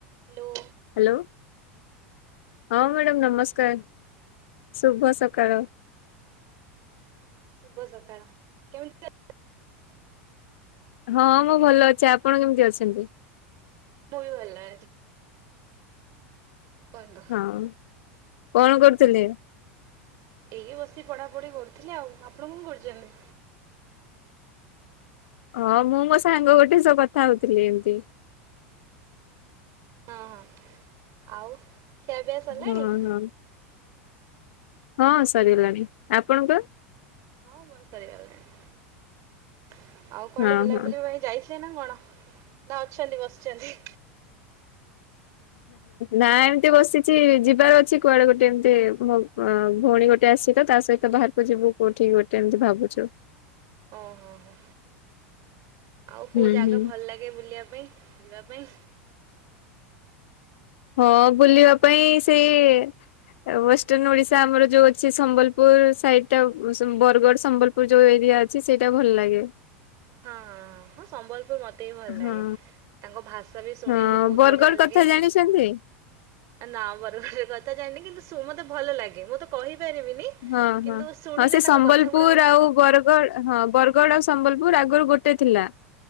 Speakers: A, on the right; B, on the left.
A: Hello.
B: Hello ହଁ madam ନମସ୍କାର ଶୁଭ ସକାଳ।
A: ଶୁଭ ସକାଳ କେମିତି ଅ
B: ହଁ ମୁଁ ଭଲ ଅଛି ଆପଣ କେମିତି ଅଛନ୍ତି?
A: ମୁବି ଭଲ ଅ ପଣ୍ଡ
B: ହଁ କଣ କରୁଚନ୍ତି?
A: ଏଇ ବସିକି ପଢ଼ା ପଢ଼ି କରୁଥିଲେ ଆଉ ଆପଣ କଣ କରୁଛନ୍ତି?
B: ହଁ ମୁଁ ମୋ ସାଙ୍ଗ ଗୋଟେ ସହ କଥା ହଉଥିଲି ଏମିତି।
A: ହଁ ହଁ ଆଉ ଖିଆ ପିଆ ସରିଲାଣି?
B: ହଁ ହଁ ହଁ ସରିଗଲାଣି ଆପଣଙ୍କ?
A: ହଁ ମୋର ସରିଗଲାଣି ଆଉ କୁଆଡେ
B: ହଁ
A: ବୁଲା
B: ହଁ
A: ବୁଲି ପାଇଁ ଯାଇ ଚେନା ନା କଣ ନା ଅଛନ୍ତି ବସିଚନ୍ତି?
B: ନା ଏମତି ବସିଚି ଯିବାର ଅଛି କୁଆଡେ ଗୋଟେ ଏମିତି ହଉ ଅ ଭଉଣୀ ଗୋଟେ ଆସିତ ତା ସହିତ ବାହାରକୁ ଯିବୁ କୋଉଠି ଗୋଟେ ଏମିତି ଭାବୁଚୁ।
A: ଓହୋ ହୋ। ଆଉ
B: ହୁଁ
A: କୋଉ ଜାଗା
B: ହୁଁ
A: ଭଲ ଲାଗେ ବୁଲିବା ପାଇଁ ଯିବା ପାଇଁ?
B: ହଁ ବୁଲିବା ପାଇଁ ସେ ୱେଷ୍ଟର୍ଣ ଓଡିଶା ଆମର ଯୋଉ ଅଛି ସମ୍ବଲପୁର ସାଇଟା ବରଗଡ ସମ୍ବଲ <unintelligible> ଯୋଉ ଏରିଆ ଅଛି ସେଇଟା ଭଲ ଲାଗେ।
A: ହଁ ହଁ ହଁ ହଁ ସମ୍ବଲପୁର ମତ ତେବି ଭଲ
B: ହଁ
A: ଲାଗେ ତାଙ୍କ ଭାଷା ବି ଶୁଣିବାକୁ
B: ହଁ
A: ବହୁତ
B: ବରଗଡ
A: ବଢିଆ ଲାଗେ।
B: କଥା ଜାଣିଛନ୍ତି
A: ଆ ନା ବରଗଡ଼ କଥା ଜାଣିନି କିନ୍ତୁ ସୋ ମତେ ଭଲ ଲାଗେ ମୁଁ ତ କହିପାରିବିନି।
B: ହଁ
A: କିନ୍ତୁ
B: ହଁ
A: ଶୁଣିଲେ
B: ହଁ ସେ
A: ତାଙ୍କ
B: ସମ୍ବଲପୁର
A: କଥା ଗୁଡା ମତେ
B: ଆଉ ବର ଗଡ଼ ହଁ ବରଗଡ ଆଉ ସମ୍ବଲପୁର ଆଗରୁ ଗୋଟେ ଥିଲା।